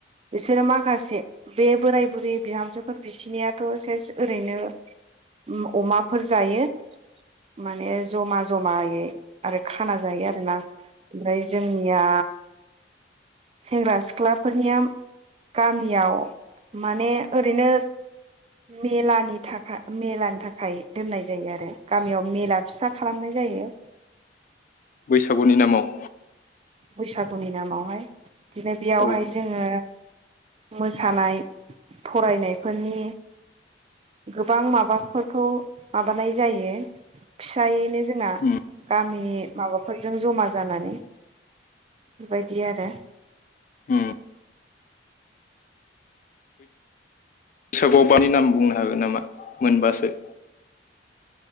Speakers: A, on the right; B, on the left.
A: इसोरो माखासे बे बोराइ बुरि बिहामजोफोर बिसिनियाथ सेस ओरैनो ओ अमाफोर जायो। माने जमा जमायै आरो खाना जायो आरोना ओमफ्राय जोंनिया सेंग्रा सिख्लाफोरनिया गामियाव माने ओरैनो मेलानि थाखा मेलानि थाखाय दोननाय जायो आरो। गामियाव मेला फिसा खालामनाय जायो।
B: बैसागुनि नामाव।
A: बैसागुनि नामावहाय दिनो बेयावहाय
B: औ
A: जोङो मोसानाय फरायनायफोरनि गोबां माबाफोरखौ माबानाय जायो फिसायैनो जोंना
B: उम
A: गामिनि माबाफोरजों जमा जानानै। बिबायदि आरो।
B: उम <unintelligible> नाम बुंनो हागोन नामा मोनबासो?